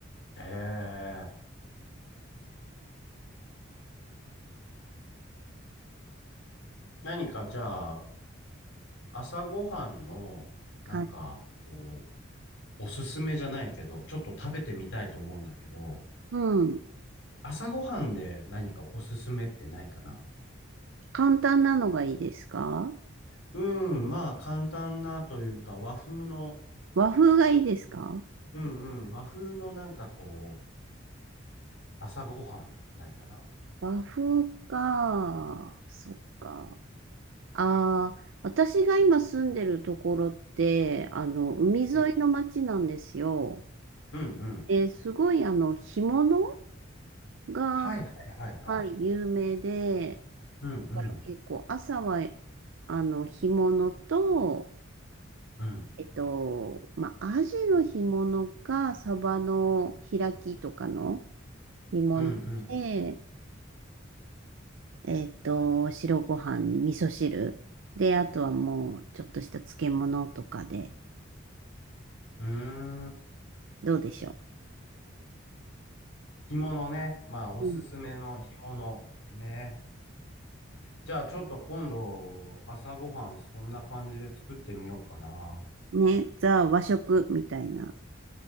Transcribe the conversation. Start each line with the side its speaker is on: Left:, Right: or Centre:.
Left: ええ何かじゃあ、朝ごはんの、なんか、
Right: はい。
Left: こう、おすすめじゃないけど、ちょっと食べてみたいと思うんだけど、
Right: うん。
Left: 朝ごはんで何かおすすめってないかな
Right: 簡単なのがいいですか
Left: うん、まあ、簡単なというか、和風の、
Right: 和風がいいですか
Left: うんうん、和風のなんかこう、朝ごはんないかな。
Right: 和風か。そっか。ああ、私が今住んでるところって、あの、海沿いの町なんですよ。
Left: うんうんうん。
Right: で、すごい、あの、干物が、
Left: はいはいはいはい。
Right: はい、有名で、
Left: うんうん
Right: だから結構朝は、あの、干物と、
Left: うん
Right: えっと、まあ、アジの干物か、サバの開きとかの干物で、
Left: うんうん
Right: えっと、白ご飯に味噌汁。で、あとはもう、ちょっとした漬物とかで、
Left: うん。うーん。
Right: どうでしょ
Left: 干物ね。まあおすすめの干物ね。
Right: う。うん、
Left: じゃあちょっと今度朝ごはんそんな感じで作ってみようかな。
Right: ね、ザ和食みたいな。